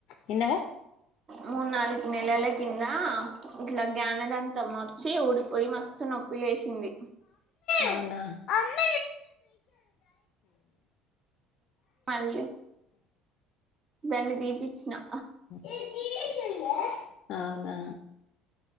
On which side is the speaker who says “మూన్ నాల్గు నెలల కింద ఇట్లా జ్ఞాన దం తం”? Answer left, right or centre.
Right